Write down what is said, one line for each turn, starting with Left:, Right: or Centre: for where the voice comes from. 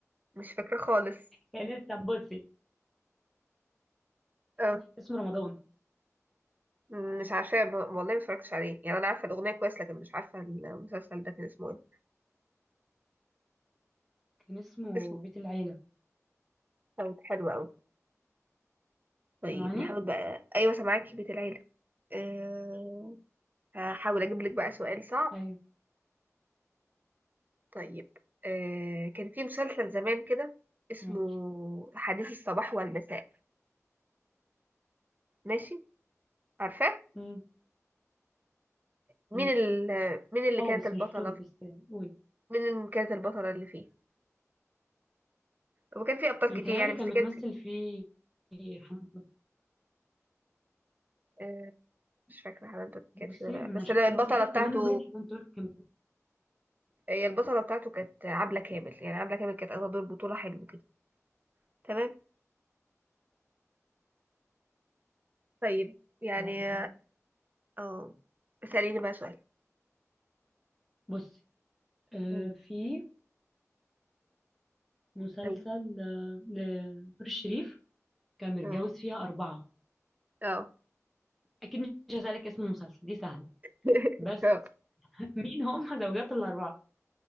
Right: مش فاكرة خالص
Centre: كان طب بصي
Right: اه
Centre: اسمه رمضان
Right: مم، مش عارفة ب- والله ما اتفرجتش عليه يعني انا عارفة الأغنية كويس لكن مش عارفة المسلسل ده كان اسمه ايه
Centre: كان اسمه
Right: اسمه
Centre: بيت العيله
Right: كان حلو قوي طيب
Centre: سامعاني
Right: نحاول بقى ايوه سامعاكي بيت العيله أه... هحاول اجيب لك بقى سؤال صعب
Centre: ايوه
Right: طيب أه... كان في مسلسل زمان كده اسمه
Centre: ماشي
Right: حديث الصباح والمساء ماشي عارفاه
Centre: مم.
Right: مين
Centre: ماشي
Right: ال... مين اللي
Centre: اه
Right: كانت
Centre: بس
Right: البطله
Centre: مش بطول بس قولي
Right: مين اللي كانت البطله اللي فيه هو كان فيه ابطال
Centre: متهيألي
Right: كتير يعني بس
Centre: كان
Right: كان
Centre: بتمثل
Right: فيه
Centre: فيه حنان ترك
Right: أه... مش فاكره حبيبتك
Centre: بصي
Right: كانت فيه ولا لأ.
Centre: انا
Right: بس
Centre: شفت
Right: أنا البطله
Centre: بس حتة
Right: بتاعته
Centre: منه باين حنان ترك كان
Right: هي البطله بتاعته كانت عبله كامل يعني عبله كامل كانت اخدة دور بطوله حلو كده تمام طيب يعني
Centre: بعرفها خالص
Right: اه اسأليني بقى سؤال
Centre: بصي آه
Right: مم.
Centre: في مسلسل
Right: ايوه
Centre: آه، لنور الشريف كان متجوز
Right: اه
Centre: فيها أربعة
Right: اه
Centre: أكيد مش هسألك اسم المسلسل دي سهلة
Right: <laughs>
Centre: بس
Right: اه
Centre: <laughs> مين هم زوجات الأربعة